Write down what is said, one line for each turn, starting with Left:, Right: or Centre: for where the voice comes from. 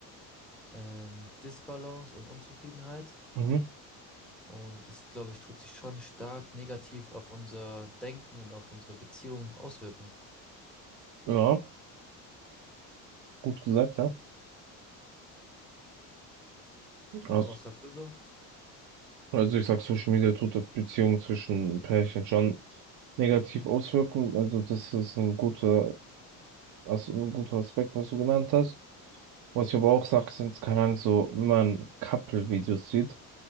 Centre: ähm, Disbalance und Unzufriedenheit.
Right: mhm,
Centre: Und das, glaube ich, tut sich schon stark negativ auf unser Denken und auf unsere Beziehung auswirken.
Right: ja, gut gesagt, ja.
Centre: Ja,
Right: Also,
Centre: was sagst du so?
Right: also ich sag, Social Media tut der Beziehung zwischen Pärchen schon negativ auswirken. Also das ist ein guter, also ein guter Aspekt, was du genannt hast. Was ich aber auch sag, sind, keine Ahnung, so, wenn man Couple-Videos sieht,